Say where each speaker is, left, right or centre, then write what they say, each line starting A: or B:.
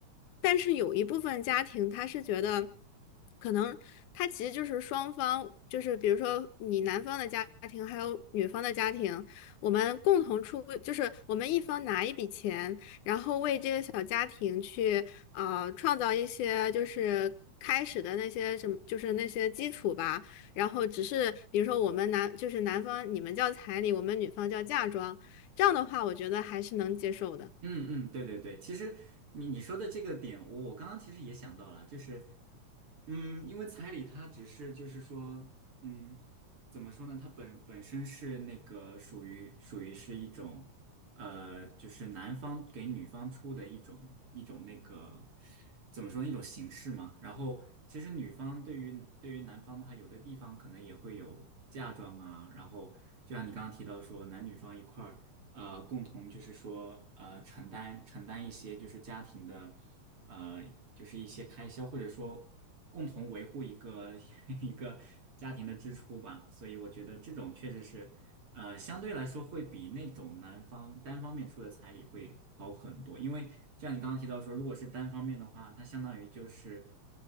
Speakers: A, on the left (about 85°); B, on the right (about 45°).
A: 但是有一部分家庭他是觉得，可能他其实就是双方，就是比如说你男方的家庭还有女方的家庭，我们共同出，就是我们一方拿一笔钱，然后为这个小家庭去呃创造一些就是。开始的那些什么，就是那些基础吧，然后只是比如说我们男就是男方你们叫彩礼，我们女方叫嫁妆，这样的话我觉得还是能接受的。
B: 嗯嗯，对对对，其实你你说的这个点，我我刚刚其实也想到了，就是嗯，因为彩礼它只是就是说，嗯，怎么说呢？它本本身是那个属于属于是一种，呃，就是男方给女方出的一种一种那个怎么说呢？一种形式嘛。然后其实女方对于对于男方的话，有的地方可能也会有嫁妆啊。然后就像你刚刚提到说，男女方一块儿呃共同就是说呃承担承担一些就是家庭的。呃，就是一些开销，或者说共同维护一个 <laughs> 一个家庭的支出吧。所以我觉得这种确实是，呃，相对来说会比那种男方单方面出的彩礼会好很多。因为就像你刚刚提到说，如果是单方面的话，它相当于就是，